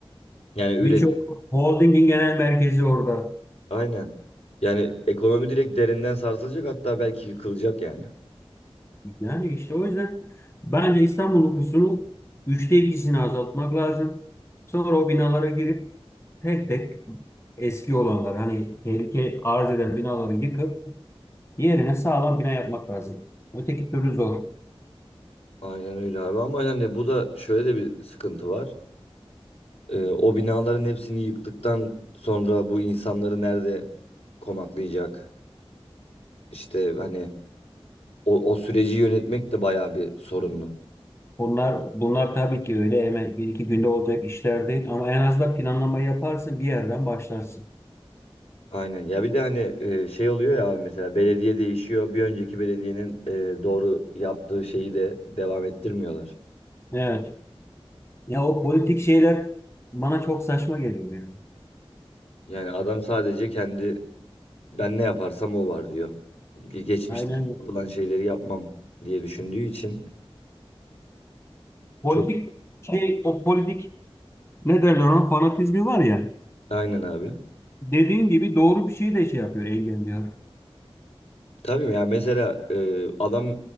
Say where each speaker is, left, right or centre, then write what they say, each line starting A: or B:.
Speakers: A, on the left (about 80°); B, on the left (about 25°).
A: Yani üret
B: Birçok holdingin genel merkezi orada.
A: aynen. Yani ekonomi direkt derinden sarsılacak hatta belki yıkılacak yani.
B: Yani işte o yüzden bence İstanbul nüfusunun üçte ikisini azaltmak lazım. Sonra o binalara girip tek tek eski olanları hani tehlike arz eden binaları yıkıp yerine sağlam bina yapmak lazım. Öteki türlü zor.
A: Aynen öyle abi ama yani bu da şöyle de bir sıkıntı var. E, o binaların hepsini yıktıktan sonra bu insanları nerede konaklayacak? İşte hani o, o süreci yönetmek de bayağı bir sorunlu.
B: Bunlar bunlar tabii ki öyle hemen bir iki günde olacak işler değil ama en azından planlama yaparsın bir yerden başlarsın.
A: Aynen. Ya bir de hani e, şey oluyor ya abi mesela belediye değişiyor. Bir önceki belediyenin e, doğru yaptığı şeyi de devam ettirmiyorlar.
B: Evet. Ya o politik şeyler bana çok saçma geliyor yani.
A: Yani adam sadece kendi ben ne yaparsam o var diyor. Ge- Geçmişte
B: Aynen.
A: yapılan şeyleri yapmam diye düşündüğü için
B: Politik
A: çok
B: şey o politik Ne derler ona? Fanatizmi var ya.
A: <laughs> aynen abi.
B: Dediğin gibi doğru bir şeyi de şey yapıyor, engelliyor.
A: Tabii ya mesela e, adam